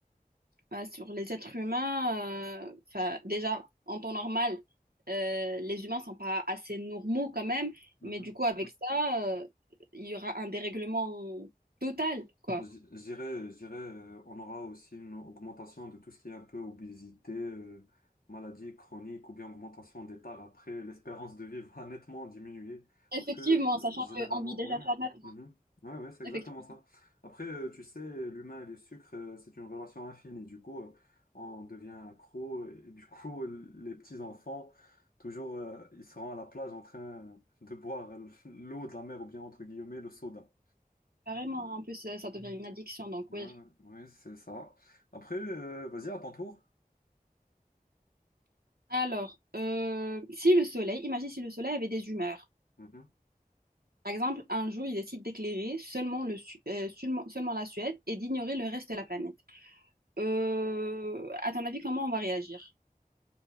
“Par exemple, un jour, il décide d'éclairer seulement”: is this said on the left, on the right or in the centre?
Right